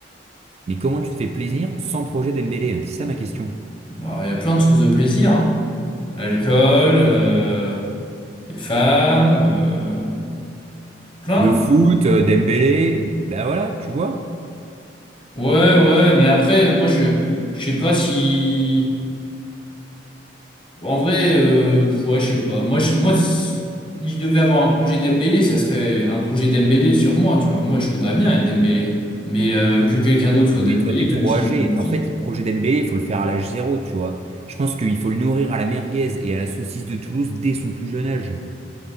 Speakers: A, on the right; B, on the left.
A: Mais comment tu te fais plaisir sans projet Dembélé? hein C'est ça ma question.
B: Bah, il y a plein de sources de plaisir, hein. L'alcool, euh, les femmes, euh, plein.
A: Le foot, euh, Dembélé, bah voilà, tu vois.
B: Ouais, ouais, mais après, moi, je, je sais pas si, en vrai, euh, ouais, je sais pas. Moi, je, moi, si si je devais avoir un projet Dembélé, ça serait un projet Dembélé sur moi, tu vois. Moi, je voudrais bien être Dembélé, mais euh, que quelqu'un d'autre soit
A: Oui,
B: Dembélé,
A: Mais toi, t'es
B: même
A: trop
B: si
A: âgé.
B: c'est mon fils.
A: En fait, projet Dembélé, il faut le faire à l'âge zéro, tu vois. Je pense qu'il faut le nourrir à la merguez et à la saucisse de Toulouse dès son plus jeune âge.